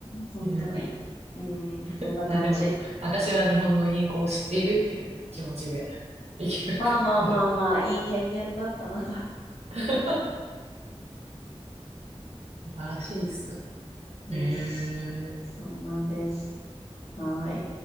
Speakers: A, on the left (about 75°); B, on the right (about 80°).
A: 本当に。
B: うん
A: うん、そんな感じ。
B: いや、でも、私は日本の銀行を知っているっていう気持ちでいけるかな。
A: まあまあまあまあ、いい経験だったなと。
B: <laughs> 晴らしいっす。
A: です。
B: へえ。
A: そうなんです。はい。